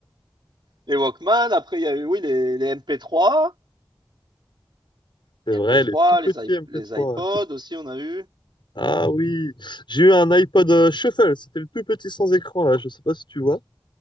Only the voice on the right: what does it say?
Les Walkman, après, il y a eu, oui, les, les MP3.
Les
MP3,
les,
iP-
les iPods
aussi, on a eu.